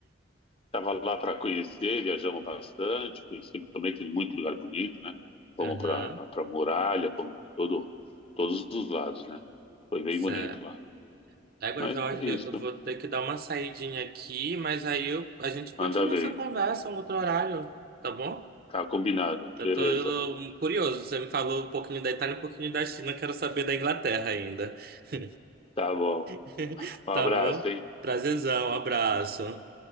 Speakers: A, on the left; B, on the right.
A: tava lá para conhecer, viajamos bastante, conheci também tem muito lugar bonito, né? Fomos
B: Aham,
A: para para muralha, fomos para todo todos os lados, né? Foi bem
B: certo.
A: bonito lá.
B: Égua,
A: Mas
B: Jorge,
A: é isso.
B: eu vou ter que dar uma saidinha aqui, mas aí eu- a gente continua
A: Anda veio.
B: essa conversa um outro horário, tá bom?
A: Tá combinado.
B: Eu
A: Beleza.
B: tô eu, curioso, você me falou um pouquinho da Itália, um pouquinho da China, eu quero saber da Inglaterra ainda. <laughs>
A: Tá bom.
B: <laughs>
A: Um
B: Tá
A: abraço,
B: bom?
A: hein?
B: Prazerzão, abraço.